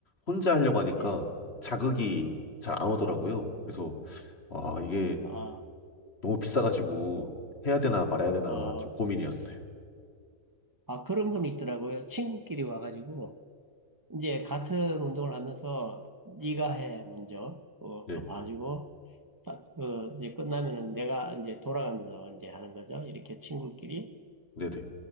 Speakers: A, on the left; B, on the right.
A: 혼자 하려고 하니까
B: 예.
A: 자극이 잘 안 오더라고요. 그래서 와, 이게
B: 아,
A: 너무 비싸가지고 해야 되나 말아야 되나
B: 어,
A: 좀 고민이었어요.
B: 아 그런 분이 있더라고요. 친구끼리 와가지고 이제 같은 운동을 하면서 네가 해 먼저 어,
A: 예,
B: 그거 봐주고 딱, 어, 이제 끝나면은 내가 이제 돌아가면서 이제 하는 거죠. 이렇게 친구끼리.
A: 네네.